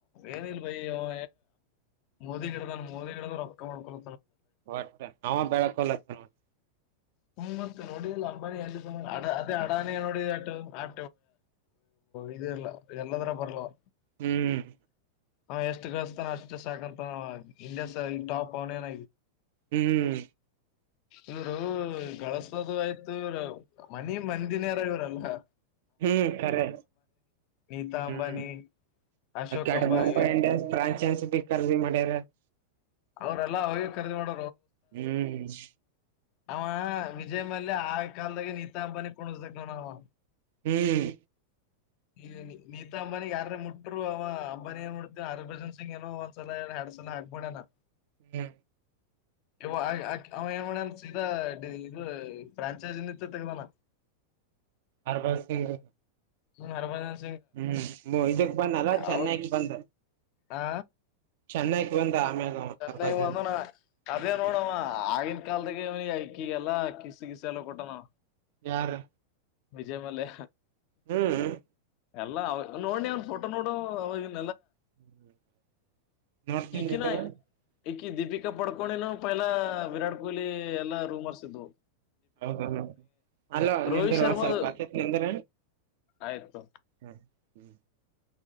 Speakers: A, on the left; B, on the right.
A: ಏನ ಇಲ್ ಬೈ ಅವ ಮೋದಿ ಗಿಡದ ಮೋದಿ ಗಿಡದ ರೊಕ್ಕ ಮಾಡ್ಕೊಳ
B: ಒಟ್ಟ ಅವಾ ಬೆಳಕೊಳಾಕ ಒಟ್
A: <unintelligible> ನೋಡಿ ಅಂಬಾನಿ ಎ ಅದೇ ಅಡಾನಿ ನೋಡ ಅ ಆ ಇ ಇಲ್ಲ ಎಲ್ಲದರಾಗ ಬರ್ಲ ಅವಾ
B: ಹ್ಮ್
A: ಅವ್ ಎಷ್ಟು ಗಳಸ್ತಾನ ಅಷ್ಟು ಸಾಕಂತಾನ ಅವಾ ಇಂಡಿಯಾ ಈ ಟಾಪ್ ಅವನೆನ
B: ಹ್ಮ್
A: ಇವರು ಗಳಸ್ ದು ಆಯ್ತು ಇವ ಮನಿ ಮಂದಿನಾರ ಇವ್ರೆಲ್ಲಾ
B: ಹ್ಮ ಖರೇ
A: ನೀತಾ
B: ಹ್ಮ್
A: ಅಂಬಾನಿ ಅಶೋಕ್
B: ಅಕಾಡಿ
A: ಅಂಬಾನಿ
B: ಮುಂಬೈ ಇಂಡಿಯನ್ಸ್ ಬ್ರಾಂಚೆಸ್ ಬಿ ಖರೀದಿ ಮಾಡ್ಯಾರ. <unintelligible>
A: ಅವ್ರಲ್ಲಾ ಅವಾಗೆ ಖರಿದಿ ಮಾಡ
B: ಹ್ಮ್
A: ಅವ ವಿಜಯ್ ಮಲ್ಯ ಆವಾಗಿನ ಕಾಲ್ದಾಗ ನಿತಾಂಬನಿ ಕುಣುಸ್ಥ ದಾವ ಅವಾ
B: ಹ್ಮ್
A: ಈ ನೀತಾ ಅಂಬಾನಿ ಯಾರರೇ ಮುಟ್ರು ಅವ ಅಂಬಾನಿ ಏನ್ ಮಾಡ್ತವ ಹರ್ಭಜನ್ ಸಿಂಗ್ ಏನೋ ಒಂದ್ಸಲ ಎರಡ್ಸಲ ಹಗಮಾಡ್ಯಾನ
B: ಹ್ಮ್
A: ಇ ಅವ ಏನ್ ಮಾಡನ್ ಸೀದಾ ಇದ ಫ್ರಾಂಚೈಜಿ ನಿಂತ ತೆಗದಾಣ
B: ಹರ್ಭಜನ್ ಸಿಂಗ್
A: ಹ್ಮ ಹರ್ಭಜನ್ಸ
B: ಹ್ಮ್ ಇದಕ್ಕ ಬನ್ನಲ್ಲ ಚೆನ್ನೈಕ್
A: ಅವಾಗ
B: ಬಂದ
A: ಆ
B: ಚೆನ್ನಕ್ ಬಂದ ಆಮ್ಯಾಗ ಅವ
A: ಚೆನ್ನೈ
B: ಹರ್ಬಲ್ ಸಿಂಗ್
A: ಬಂದ ಅದೇ
B: ಹ್ಮ್
A: ನೋಡವ ಆಗಿನ ಕಾಲದಾಗ ಅವಾ ಐಕಿಗೆಲ್ಲ ಕಿಸ ಗಿಸ ಎಲ್ಲ ಕೊಟ್ಟಾ ನವಾ
B: ಯಾರ
A: ವಿಜಯ ಮಲ್ಯಾ
B: ಹ್ಮ್
A: ಎಲ್ಲ ನೋಡ್ಡಿ ಅವ್ನ್ ಫೋಟೋ ನೋಡು ಅವಾಗಿನ
B: <unintelligible>
A: ಈಕಿನ ಈಕಿ ದೀಪಿಕಾ ಪಡ್ಕೋಣಿನನು ಪೈಲಾ ವಿರಾಟ್ ಕೊಹ್ಲಿ ಎಲ್ಲಾ ರೂಮರ್ಸ್ ಇದ್ದವು
B: ಹೌದ ಅಲ್ಲ ನಿಂದಿರ
A: ರೋಹಿತ್ ಶರ್ಮಾದು
B: ಒಂದ್ ಸ್ವಲ್ಪ ಹತಿ ನಿಂದ್ರ
A: ಆಯ್ತು
B: ಹ ಹ್ಮ